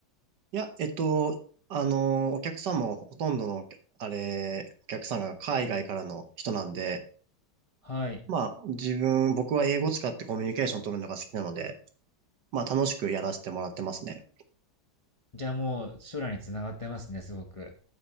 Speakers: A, on the right; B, on the left.
A: いや、えっと、あの、お客さんもほとんどの、あれ、お客さんが海外からの人なんで、
B: はい。
A: まあ、自分、僕は英語使ってコミュニケーション取るのが好きなので、まあ、楽しくやらせてもらってますね。
B: じゃあもう、将来につながってますね、すごく。